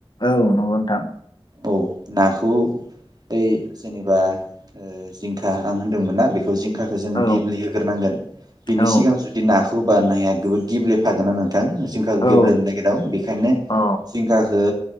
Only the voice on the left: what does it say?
औ नंगौ नोंथां।
औ
औ
औ
औ